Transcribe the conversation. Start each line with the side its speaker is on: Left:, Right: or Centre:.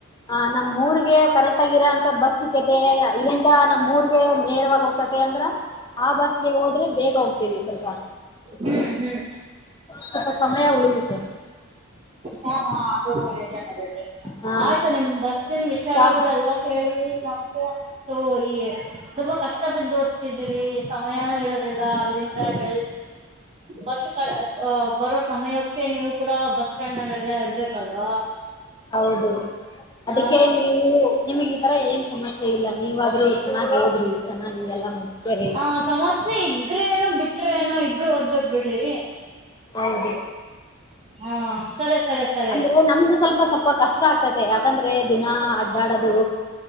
Left: ಹಾ ನಮ್ ಊರ್ಗೆ ಕರೆಕ್ಟ್ ಆಗಿ ಇರ ಅಂತದ್ ಬಸ್ ಸಿಕ್ಕತೆ ಇಲ್ಲಿಂದ ನಮ್ ಊರ್ಗೆ ನೇರವಾಗಿ ಹೋಗ್ತತಿ ಅಂದ್ರ ಆ ಬಸ್ಗೆ ಹೋದ್ರೆ ಬೇಗ ಹೋಗ್ತೀವಿ ಸ್ವಲ್ಪ
Right: ಹ್ಮ್ ಹ್ಮ್
Left: ಸ್ವಲ್ಪ ಸಮಯ ಉಳಿತತೆ
Right: ಹಾ ಹಾ ಅದು ನಿಜಾನೆ ಬಿಡ್ರಿ
Left: ಹಾ
Right: ಆಯ್ತು ನಿಮ್ ಬಸ್ಸಿನ ವಿಚಾರಗೊಳ
Left: ಸಾ
Right: ಎಲ್ಲ ಕೇಳಿ ನಮ್ಗೆ ಅನ್ನಸ್ತು ಈ ತುಂಬಾ ಕಷ್ಟ ಬಿದ್ದ ಓದ್ತಿದ್ದೀರಿ ಸಮಯಾನೂ ಇರೋದಿಲ್ಲ ಅಲ್ಲಿಂದ ಕೆ ಬಸ್ ಬರ್ ಬರೋ ಸಮಯಕ್ಕೆ ನೀವು ಕೂಡ ಬಸ್ ಸ್ಟಾಂಡ್ ನಲ್ಲೆ ಇರ್ಬೇಕಲ್ವಾ
Left: ಹೌದು ಅದಕ್ಕೆ
Right: ಹಾ
Left: ನೀವು ನಿಮಗೆ ಆ ತರ ಏನ್ ಸಮಸ್ಯೆ ಇಲ್ಲ ನೀವಾದ್ರೂ ಚೆನ್ನಾಗ ಒದ್ರಿ ಚೆನ್ನಾಗಿ ಎಲ್ಲಾ ಮುಗಸ್ಕರಿ
Right: ಆ ಸಮಸ್ಯೆ ಇದ್ರೇ ಏನು ಬಿಟ್ರೆ ಏನು ಇಬ್ರು ಓದ್ಬೇಕ ಬಿಡ್ರಿ
Left: ಹೌದು
Right: ಹಾ ಸರಿ ಸರಿ
Left: ಅಂದ್ರೆ
Right: ಹೇಳಿ
Left: ನಮ್ದು ಸ್ವಲ್ಪ ಸ್ವಲ್ಪ ಕಷ್ಟ ಆಗ್ತತೆ ಯಾಕಂದ್ರೆ ದಿನ ಅಡ್ಡಾಡದು